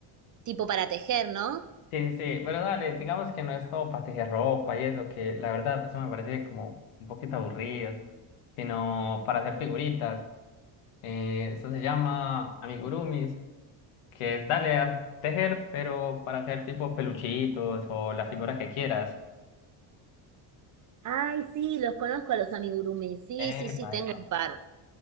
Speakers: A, on the right (about 40°); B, on the left (about 75°).
A: tipo para tejer, ¿no?
B: Sí, sí, sí, pero dale, digamos que no es como para tejer ropa y eso, que la verdad eso me parece como un poquito aburrido, sino para hacer figuritas. Eh, eso se llama amigurumis que es dale a tejer, pero para hacer tipo peluchitos o la figura que quieras.
A: Ay, sí, los conozco a los amigurumis. Sí,
B: Epa,
A: sí, sí, tengo
B: epa.
A: un par.